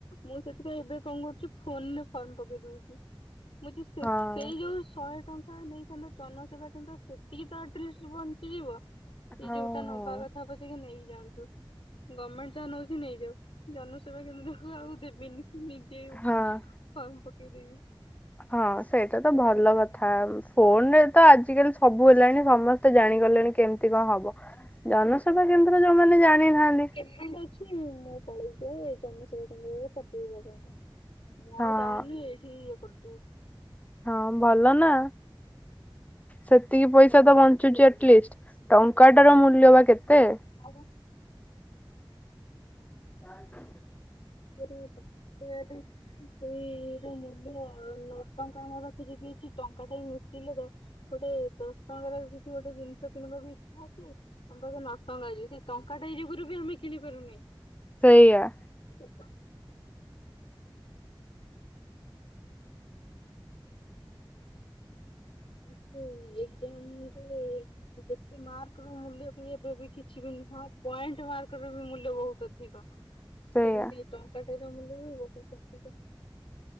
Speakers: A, on the left; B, on the left.
A: ମୁଁ ସେ ଏବେ କଣ କରୁଛି ଫୋନ୍ ରେ ଫର୍ମ ପକେଇ ଦଉଛି। ମୁଁ ଯ <unintelligible>
B: ହଁ।
A: ସେଇ ଯୋଉ ଶହେ ଟଙ୍କା ନେଇଥାନ୍ତା। ଜନ ସେବା ତ <unintelligible> ସେତିକି ତ ଆଟ୍ <unintelligible> ବଞ୍ଚିଯିବ। ସେ
B: ହଁ
A: ଯୋଉଟା
B: ହଁ।
A: ନବା କଥା ବ <inaudible> ସେତିକି ନେଇଯାଆନ୍ତୁ? ଗଭର୍ଣ୍ଣମେଣ୍ଟ ଯା ନଉ <unintelligible> ନେଇଯାଉ ଜନ ବା <unintelligible> କେନ୍ଦ୍ରକୁ ଆଉ ଦେବିନି। ନିଜେ
B: ହଁ।
A: ଫର୍ମ ପକେଇଦେବି।
B: ହଁ ସେଇଟା ତ ଭଲ କଥା। ଫୋନ୍ ରେ ତ ଆଜିକାଲି ସବୁ ହେଲାଣି ସମସ୍ତେ ତ ଜାଣିଗଲେଣି କେମିତି କଣ ହବ?
A: <unintelligible>
B: ଜନସେବା କେନ୍ଦ୍ର ଯୋଉମାନେ ଜାଣିନାହାନ୍ତି?
A: ପେମେଣ୍ଟ ଅଛି <unintelligible> ମୁଁ ପଳେଇ ଯାଏ। ଜନସେବା କେନ୍ଦ୍ରରେ ପକେଇବା ପାଇଁ କା। ମୁଁ ଆଉ
B: ହଁ
A: ଯାଉନି। ଏଇଠି ଇଏ କରିଦଉଚି।
B: ହଁ ଭଲ ନା? ସେତିକି ପଇସା ତ ବଞ୍ଚୁଚି ଏଠି <unintelligible> ଆଟଲିଷ୍ଟ <unintelligible> ଟଙ୍କା ଟାର ମୂଲ୍ୟ ବା କେତେ?
A: ଆଉ
B: ହଁ <unintelligible>
A: ଟ <inaudible> ଏଇ ର ମୂଲ୍ୟ ନଅ ଟଙ୍କା ଆମ ପାଖେ ଯଦି ଏଛି ଟଙ୍କା ଟା ମିଶିଲେ ଦ ଗୋଟେ ଦଶ ଟଙ୍କାର କିଛି ଗୋଟେ ଜିନିଷ କିଣିବାକୁ ଇଚ୍ଛାଅଛି। ଆମ ପାଖେ ନ ଟଙ୍କା ଅଛି ସେ ଟଙ୍କାଟେ ଏ ଯୁଗୁରୁ ବି ଆମେ କିଣି ପାରୁନିହିଁ।
B: ସେଇଆ।
A: ଚଟଣି। <unintelligible> ଇଏ କି ଆମ ଘରେ। ବେଶି ମାର୍କ ର ମୂଲ୍ୟ ବି ଏବେବି କିଛି ବି ନୁହଁ ପଏଣ୍ଟ ମାର୍କ ର ବି ମୂଲ୍ୟ ବହୁତ ଅଧିକ।
B: ସେଇଆ।
A: ସେମିତି ଟଙ୍କାଟେ ର ମୂଲ୍ୟ ବି ବହୁତ ଅଧିକ।